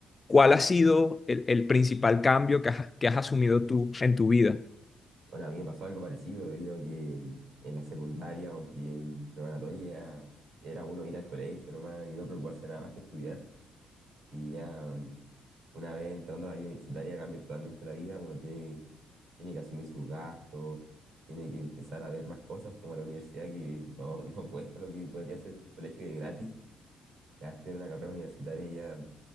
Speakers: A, on the left; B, on the right.
A: ¿Cuál ha sido el, el principal cambio que has- que has asumido tú en tu vida?
B: Bueno, a mí me pasó algo parecido debido a que mm, en la secundaria o en, pri- en preparatoria era uno ir al colegio nomás y no preocuparse nada más que estudiar. Y ya mm, una vez entrando a la vida universitaria cambia totalmente la vida, uno tiene, tiene que asumir sus gastos, tiene que empezar a ver más cosas como la universidad que no, <laughs> no cuesta lo que podría ser que el colegio y es gratis. Ya estudiar una carrera universitaria ya